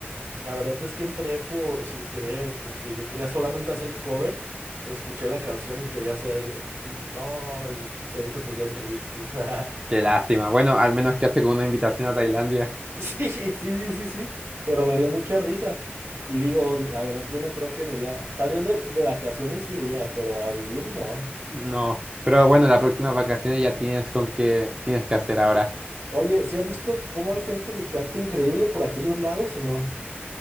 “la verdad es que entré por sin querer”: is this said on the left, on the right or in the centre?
Right